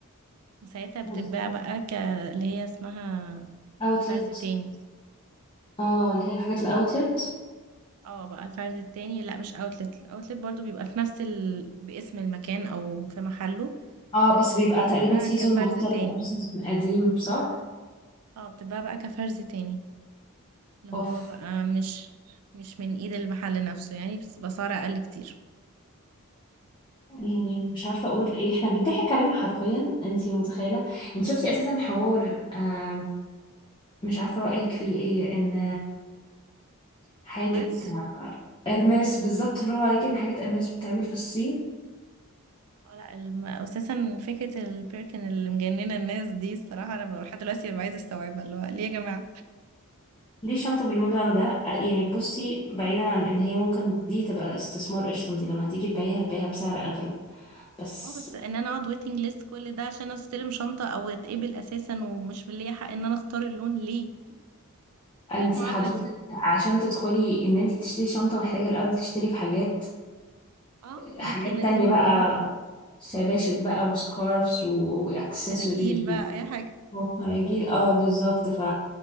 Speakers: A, on the right (about 75°); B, on the left (about 20°).
A: وساعتها بتتباع
B: بتهزري
A: بقى ك... اللي هي اسمها
B: اوتلت
A: فرز تاني
B: اه اللي هي الحاجات الاوتلت
A: اه بقى الفرز التاني لا مش اوتلت الاوتلت برضو بيبقى في نفس ال... باسم المكان او في محله
B: اه بس
A: لكن
B: بيبقى
A: بتتباع
B: تقريبا سيزون
A: كفرز
B: مختلف
A: تاني
B: او سيزون قديم صح
A: اه بتتباع بقى كفرز تاني اللي
B: اوف
A: هو بقى مش مش من ايد المحل نفسه يعني بس بسعر اقل كتير
B: يعني مش عارفه اقول ايه احنا بيضحك علينا حرفيا انتي متخيله انت شفتي اساسا حوار آه مش عارفه رايك فيه ايه ان حاجة
A: ارماس
B: آه، قرماس بالظبط برافو عليكي ان حاجة قرماس بتتعمل في الصين
A: اه لا الم... اساسا فكرة البيركن اللي مجننة الناس دي الصراحة انا بقى لحد دلوقتي ببقى عايزة استوعبها اللي هو ليه يا جماعة
B: ليه شنطة بالمبلغ ده آه، يعني بصي بعيدا عن ان هي ممكن دي تبقى استثمار قشطة انتي لما هتيجي تبيعيها هتبيعيها بسعر اغلى بس
A: اه بس ان انا اقعد ويتنج ليست كل ده عشان استلم شنطة او اتقبل اساسا ومش من ليا حق ان انا اختار اللون ليه
B: انتي
A: ليه المعاملة
B: حضرتك
A: دي
B: عشان تدخلي ان انتي تشتري شنطة محتاجة الاول تشتري في حاجات
A: اه
B: حاجات
A: ليكي لازم
B: تانية
A: يبقى
B: بقى شباشب بقى وسكارفز واكسسوارز
A: فناجين بقى اي حاجة
B: وفراجيل اه بالظبط ف